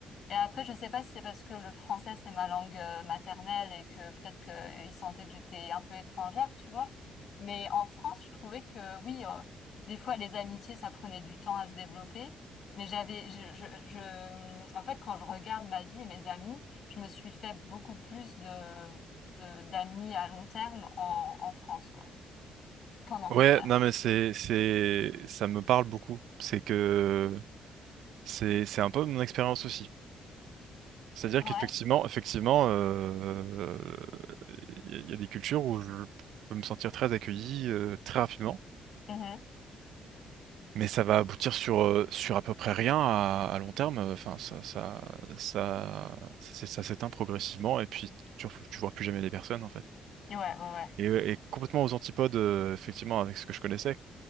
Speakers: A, on the left; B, on the right.
A: Et après, je sais pas si c'est parce que le français, c'est ma langue euh, maternelle et que peut-être qu'ils sentaient que j'étais un peu étrangère, tu vois. Mais en France, je trouvais que oui, euh, des fois, les amitiés, ça prenait du temps à se développer. Mais j'avais, je, je, je, en fait, quand je regarde ma vie et mes amis, je me suis fait beaucoup plus de, de, d'amis à long terme en, en France, quoi, qu'en Angleterre.
B: Ouais, non, mais c'est, c'est, ça me parle beaucoup. C'est que c'est, c'est un peu mon expérience aussi. C'est-à-dire
A: Ouais.
B: qu'effectivement, effectivement, euh, il y a il y a des cultures où je peux me sentir très accueilli euh, très rapidement.
A: Mhm.
B: Mais ça va aboutir sur, euh, sur à peu près rien à, à long terme. Enfin, ça, ça, ça, c'est- ça s'éteint progressivement et puis tu, re- tu vois plus jamais les personnes en fait.
A: Mhm. Ouais, ouais, ouais.
B: Et, et complètement aux antipodes, euh, effectivement, avec ce que je connaissais.